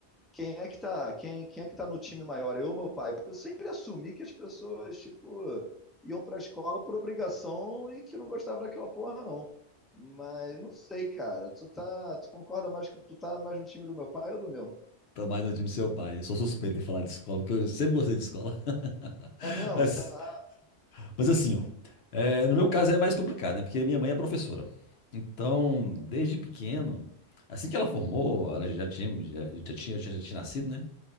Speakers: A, in the centre; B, on the left (about 70°).
A: quem é que tá, quem, quem é que tá no time maior, eu ou meu pai? Porque eu sempre assumi que as pessoas, tipo, iam pra escola por obrigação e que não gostavam daquela porra, não. Mas não sei, cara. Tu tá, tu concorda mais que tu tá mais no time do meu pai ou do meu?
B: Tô mais no time do seu pai. Eu sou suspeito em falar de escola, porque eu sempre gostei de escola. <laughs>
A: É mesmo?
B: Mas,
A: Se amarrar.
B: mas assim, ó. é, no meu caso é mais complicado, né? Porque minha mãe é professora. Então,
A: Uhum,
B: desde pequeno, assim que ela formou, ela já tinha, já, já tinha, já tinha nascido, né?